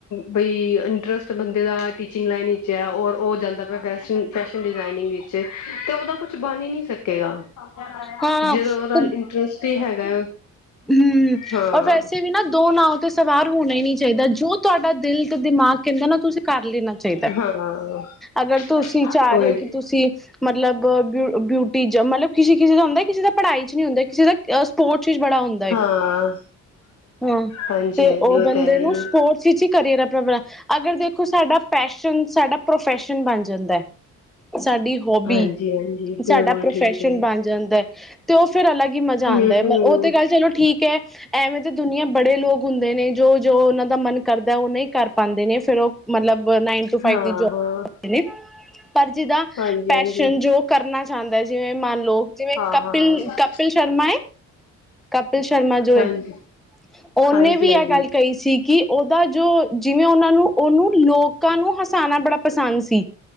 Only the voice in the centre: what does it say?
ਹਾਂ
ਤੇ
ਹਮ
ਔਰ, ਵੈਸੇ ਵੀ ਨਾ ਦੋ ਨਾਂਵ ਤੇ ਸਵਾਰ ਹੋਣਾ ਹੀ ਨੀ ਚਾਹੀਦਾ, ਜੋ ਤੁਹਾਡਾ ਦਿਲ ਤੇ ਦਿਮਾਗ ਕਹਿੰਦੇ ਨਾ, ਔ ਤੁਸੀਂ ਕਰ ਲੈਣਾ ਚਾਹੀਦਾ।
ਅਗਰ ਤੁਸੀਂ ਚਾਹ
ਰਹੇ ਹੋ, ਕਿ ਤੁਸੀਂ ਮਤਲਬ ਬਊ ਬਿਊਟੀ ਚ, ਮਤਲਬ ਕਿੇ ਕਿਸੇ ਦਾ ਹੁੰਦਾ ਕਿਸੇ ਦਾ ਪੜਾਈ ਚ ਨਹੀਂ ਹੁੰਦਾ, ਕਿਸੇ ਦਾ ਸਪੋਰਟਸ ਚ ਬੜਾ ਹੁੰਦਾ। ਏ।
ਹਾਂ
ਤੇ ਉਹ ਬੰਦੇ
ਨੂੰ
ਸਪੋਰਟਸ ਅੀ ਕਰੀਅਰ ਆਪਣਾਣਾ ਅਗਰ ਦੇਖੋ ਸਾਡਾ ਪੈਸ਼ਨ ਸਾਡਾ ਪ੍ਰੋਫੈਸ਼ਨ ਬਣ ਜਾਂਦਾ ਸਾਡੀ ਹੋਬੀ
ਸਾਡਾ ਪ੍ਰੋਫੈਸ਼ਨ
ਬਣ ਜਾਂਦਾ ਤੇ ਉਹ ਫਿਰ ਅਲੱਗ ਹੀ ਮਜ਼ਾ
ਆਉਂਦਾ ਹੈ ਉਹ ਤੇ ਗੱਲ ਚਲੋ ਠੀਕ ਹੈ ਐਵੇਂ ਤੇ ਦੁਨੀਆਂ ਬੜੇ ਲੋਕ ਹੁੰਦੇ ਨੇ ਜੋ ਜੋ ਉਹਨਾਂ ਦਾ ਮਨ ਕਰਦਾ ਉਹ ਨਹੀਂ ਕਰ ਪਾਉਂਦੇ ਨੇ ਫੇਿਰ ਉਹ ਮਤਲਬ ਨਾਈਨ ਫਵ
ਦੀ ਜੋਬਦੇ ਨੇ ਪਰ ਜਿਦਾ
ਪੈਸ਼ਨ ਜੋ ਕਰਨਾ ਚਾਹੁੰਦਾ ਹੈ ਜਿਵੇਂ ਮੰਨ ਲਓ ਜਿਵੇਂ
ਕਪਿਲ ਕਪਿਲ ਸ਼ਰਮਾ ਏ ਕਪਿਲ ਸ਼ਰਮਾ ਜੋ
ਹੈ ਉਹਨੇ
ਵੀ ਇਹ ਗੱਲ ਕਹੀ ਸੀ ਕਿ ਉਹਦਾ ਜੋ ਜਿਵੇਂ ਉਹਨਾਂ ਨੂੰ ਉਹਨੂੰ ਲੋਕਾਂ ਨੂੰ ਹਸਾਉਣਾ ਬੜਾ ਪਸੰਦ ਸੀ